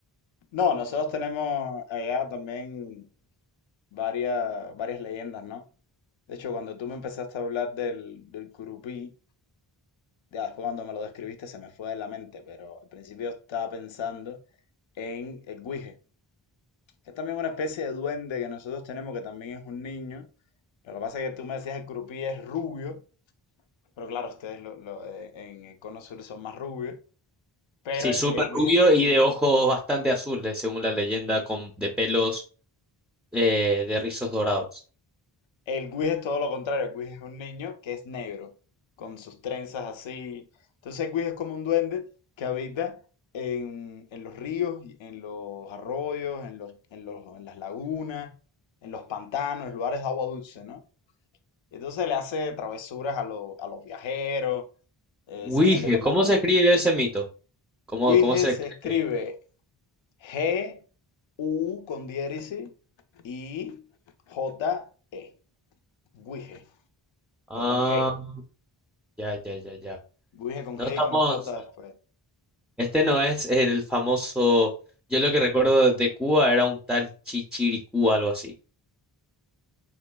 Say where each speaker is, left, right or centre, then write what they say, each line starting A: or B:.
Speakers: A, on the left (about 80°); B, in the centre.
A: No, nosotros tenemos allá también varias, varias leyendas, ¿no? De hecho, cuando tú me empezaste a hablar del, del Curupí, ya después cuando me lo describiste se me fue de la mente, pero al principio estaba pensando en el Guije, que es también una especie de duende que nosotros tenemos que también es un niño. Lo que pasa es que tú me decías el Curupí es rubio, pero claro, ustedes lo- lo, eh, en el Cono Sur son más rubios, pero
B: Sí,
A: el,
B: súper
A: el Guije
B: rubio y de ojos bastante azules, según la leyenda, con, de pelos eh, de rizos dorados.
A: El Guis es todo lo contrario. El Guis es un niño que es negro, con sus trenzas así. Entonces el Guis es como un duende que habita en, en los ríos, y en los arroyos, en los, en los, en las lagunas, en los pantanos, en lugares de agua dulce, ¿no? Entonces le hace travesuras a, los a los viajeros, eh,
B: Huije,
A: se mete con
B: ¿cómo
A: las...
B: se escribe ese mito? ¿Cómo,
A: Guis
B: cómo se escribe?
A: se escribe G-U con diéresis y J-E. Guije,
B: Ah,
A: pero con G.
B: ya, ya, ya, ya.
A: Guije con
B: No
A: G
B: estamos.
A: y con J después.
B: Este no es el famoso, yo lo que recuerdo de Cuba era un tal Chichiricú, algo así.